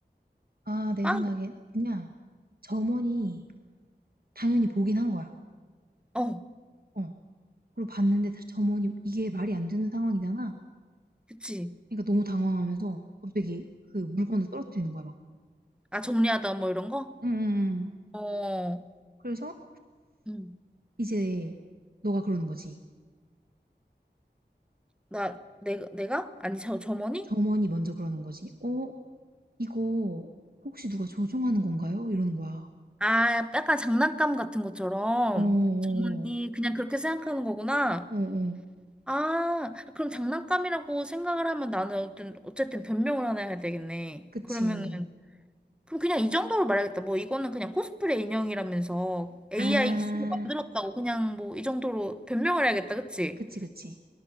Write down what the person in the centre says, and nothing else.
빵.
어,
그치.
아, 정리하다 뭐 이런 거?
어.
응.
나, 내가, 내가? 아니, 저, 점원이?
아, 약간 장난감 같은 것처럼.
점원이 그냥 그렇게 생각하는 거구나.
아, 그럼 장난감이라고 생각을 하면 나는 어쨌든, 어쨌든 변명을 하나 해야 되겠네.
그러면은, 그럼 그냥 이 정도로 말하겠다. 뭐, 이거는 그냥 코스프레 인형이라면서 AI
기술로 만들었다고 그냥 뭐, 이 정도로 변명을 해야겠다. 그치?